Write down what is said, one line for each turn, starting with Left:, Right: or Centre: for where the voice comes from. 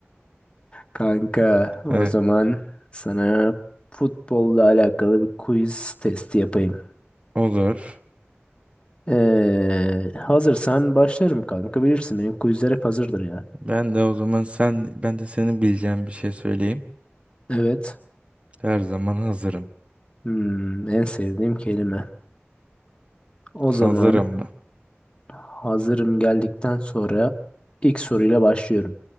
Left: Kanka, o
Right: Heh,
Left: zaman sana futbolla alakalı bir quiz testi yapayım.
Right: olur.
Left: Ee, hazırsan başlarım kanka. Bilirsin benim quizler hep hazırdır yani.
Right: Ben de o zaman sen ben de senin bileceğin bir şey söyleyeyim.
Left: Evet.
Right: Her zaman hazırım.
Left: Hmm, en sevdiğim kelime. O
Right: Hazırım
Left: zaman
Right: mı?
Left: hazırım geldikten sonra ilk soruyla başlıyorum.